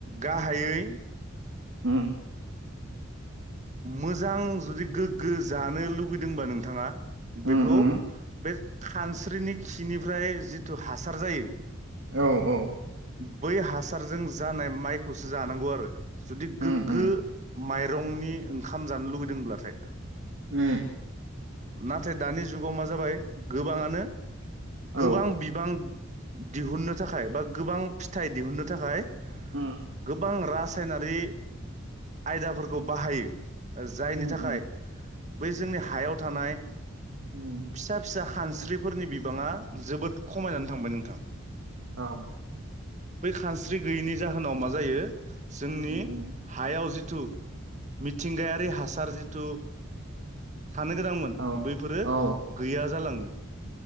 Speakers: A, on the right (about 35°); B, on the right (about 60°).
A: गाहायै।
B: ओम।
A: मोजां जुदि गोग्गो जानो लुबैदोंबा नोंथाङा।
B: उम
A: बेखौ
B: उम
A: बे। खानस्रिनि खिनिफ्राय जिथु हासार जायो।
B: औ औ।
A: बै हासारजों जानाय माइखौसो जानांगौ आरो। जुदि
B: उम
A: गोग्गो।
B: उम
A: माइरंनि। ओंखाम जानो लुगैदोंब्लाथाय।
B: उम
A: नाथाय दानि जुगाव मा जाबाय गोबाङानो।
B: औ
A: गोबां बिबां। दिहुननो थाखाय बा गोबां फिथाइ दिहुननो थाखाय। गो
B: उम
A: गोबां रासायनारि आयदाफोरखौ बाहायो। ओ जायनि
B: उम
A: थाखाय।
B: उम
A: बै जोंनि हायाव थानाय।
B: ओम।
A: फिसा फिसा खानस्रिफोरनि बिबाङा जोबोद खमायनानै थांबाय नोंथां।
B: औ
A: बै खानस्रि गैयैनि जाहोनाव मा जायो? जोंनि
B: उम उम
A: हायाव जि थु मिथिंगायारि हासार जिथु थानो गोनांमोन
B: औ
A: बैफोरो
B: औ
A: गैया जालाङो।